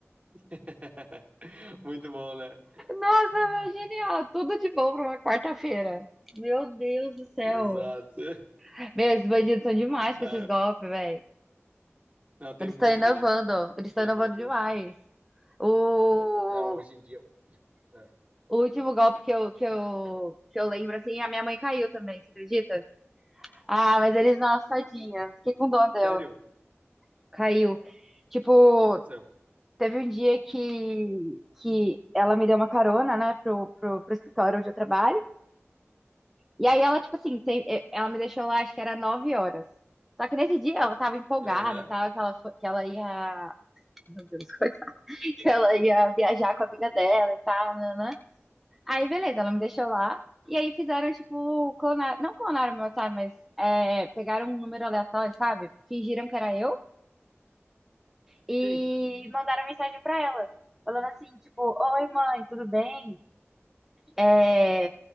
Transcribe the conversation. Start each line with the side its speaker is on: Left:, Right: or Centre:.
Right: <laughs> Muito bom, né?
Centre: Nossa, meu, genial. Tudo de bom pra uma quarta-feira. Meu Deus do céu.
Right: Exato. <laughs>
Centre: Meu, esses bandidos são demais com
Right: Ah,
Centre: esses golpes, velho.
Right: não, tem
Centre: Eles
Right: muito
Centre: estão inovando.
Right: golpe.
Centre: Eles estão
Right: Tem
Centre: inovando
Right: muito
Centre: demais.
Right: hoje.
Centre: O,
Right: Não, hoje em dia. ah,
Centre: o último golpe que eu, que eu, que eu lembro, assim, a minha mãe caiu também, você acredita? Ah, mas eles, nossa, tadinha. Fiquei com dó dela.
Right: Sério? O
Centre: Caiu. Tipo,
Right: que aconteceu?
Centre: teve um dia que, que ela me deu uma carona, né, pro, pro, pro escritório onde eu trabalho. E aí ela, tipo assim, tem- eh, ela me deixou lá, acho que era nove horas. Só que nesse dia ela tava empolgada
Right: Aham.
Centre: e tal, que ela, fo- que ela ia. Meu Deus, <laughs> coisa. Que ela ia viajar com a amiga dela e tal, nanã. Aí, beleza, ela me deixou lá. E aí fizeram, tipo, clonar. Não clonaram meu time, mas eh, pegaram um número aleatório, sabe? Fingiram que era eu. e
Right: Sim.
Centre: mandaram mensagem pra ela, falando assim, tipo, oi mãe, tudo bem? É,